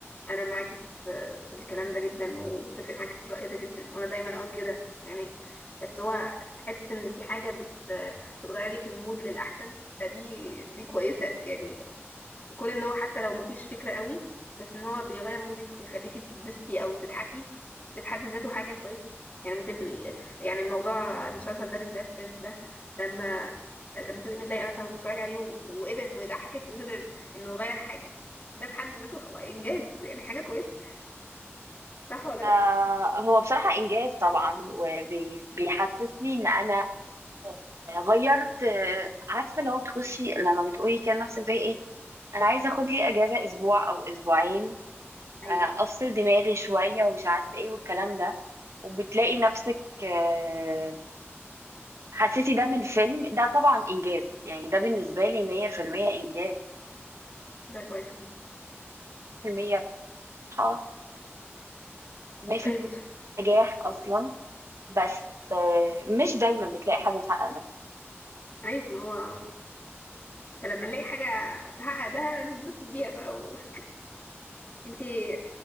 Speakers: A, on the left; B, on the right.
A: انا معاكي في في الكلام ده جدا وبتفق معاكي في الرأي ده جدا وانا دايما اقول كده يعني بس هو حتة ان في حاجة بت بتغير لك المود للأحسن فدي دي كويسة يعني كون ان هو حتى لو مفيش فكرة قوي بس ان هو بيغير مودك بيخليكي تتبسطي او تضحكي ده في حد ذاته حاجة كويسة يعني ممكن تبقي يعني موضوع المسلسل ده بالذات فريندز ده لما لما تبقي متضايقة مثلا وتتفرجي عليه و... وقدر انه يضحكك وقدر انه يغير حاجة ده في حد ذاته هو انجاز يعني حاجة كويسة صح ولا لا
B: آه هو بصراحه انجاز طبعا وبيحسسني ان انا غيرت آه، عارفه لو تخشي لما بتقولي كده نفسك زي ايه انا عايزه اخد لي اجازه اسبوع او اسبوعين
A: ايوه
B: آه، افصل دماغي شويه ومش عارفه ايه والكلام ده وبتلاقي نفسك آه، حسيتي ده من فيلم ده طبعا انجاز يعني ده بالنسبه لي 100% انجاز
A: ده كويس كمان
B: 100% راحه 100%
A: طيب وتف...
B: نجاح اصلا بس آه، مش دايما بتلاقي حاجه تحقق ده
A: ايوه ما هو فلما نلاقي حاجة تحقق ده نتبسط بيها بقى و... انتي